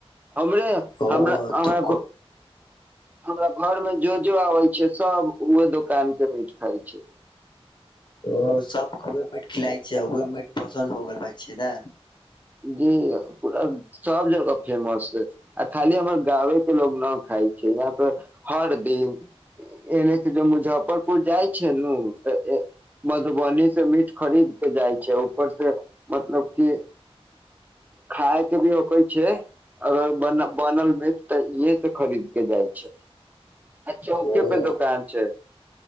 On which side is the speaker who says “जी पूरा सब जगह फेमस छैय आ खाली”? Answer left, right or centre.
Right